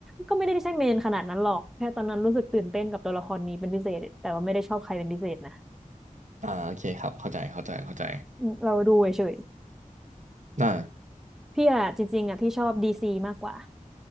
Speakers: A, in the centre; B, on the right.
A: ก็ไม่ได้ใช่เมนขนาดนั้นหรอกแค่ตอนนั้นรู้สึกตื่นเต้นกับตัวละครนี้เป็นพิเศษแต่ว่าไม่ได้ชอบใครเป็นพิเศษนะ
B: อ่าโอเคครับเข้าใจเข้าใจเข้าใจ
A: อืมเราดูเฉย
B: น่า
A: ๆพี่อะจริงๆอะพี่ชอบดีซีมากกว่า